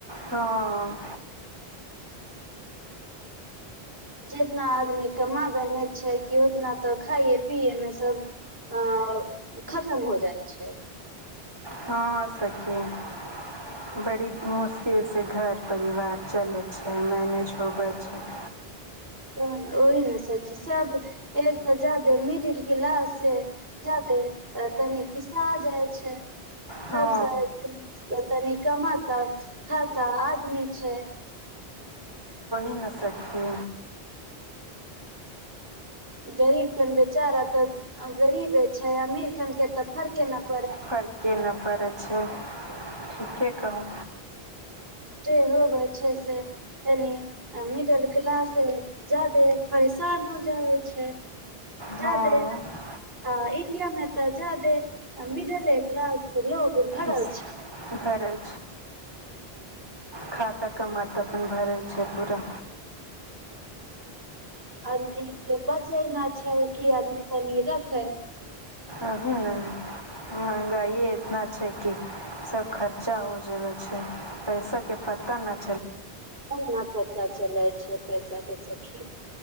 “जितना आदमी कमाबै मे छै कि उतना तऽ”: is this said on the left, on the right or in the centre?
Right